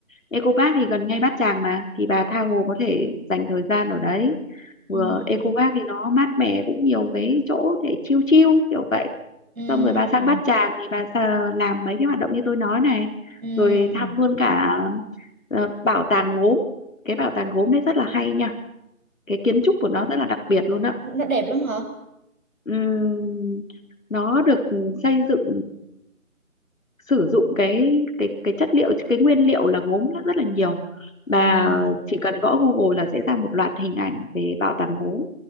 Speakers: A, on the left (about 70°); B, on the right (about 80°).
A: Eco Park thì gần ngay Bát Tràng mà thì bà tha hồ có thể dành thời gian ở đấy vừa
B: Ừm,
A: Eco Park thì nó mát mẻ cũng nhiều cái chỗ để chill chill kiểu vậy
B: ừm,
A: xong rồi bà sang Bát Tràng thì bà sa- làm mấy cái hoạt động như tôi nói này
B: ừm.
A: rồi thăm luôn cả ờ, bảo tàng gốm cái bảo tàng gốm đấy rất là hay nha cái kiến trúc của nó rất là đặc biệt luôn á
B: nó đẹp lắm hả
A: Ừm, nó được xây dựng sử dụng cái cái cái chất liệu cái nguyên liệu là gốm nó rất là nhiều bà
B: à.
A: chỉ cần gõ Google là sẽ ra một loạt hình ảnh về bảo tàng gốm